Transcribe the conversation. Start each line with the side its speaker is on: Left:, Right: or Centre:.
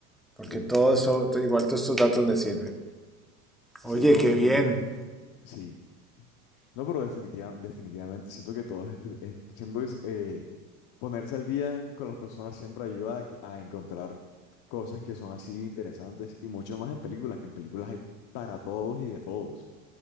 Centre: porque
Left: Sí,
Centre: todo
Left: sí.
Centre: eso, todo- igual todos estos datos me sirven.
Left: Sí,
Centre: Oye,
Left: no,
Centre: qué
Left: y
Centre: bien.
Left: sí. No, pero definitiva- definitivamente siento que todo es, es- siento que es, eh, ponerse al día con las personas siempre ayuda a, que- a encontrar cosas que son así interesantes y mucho más en películas, que en películas hay para todos y de todos.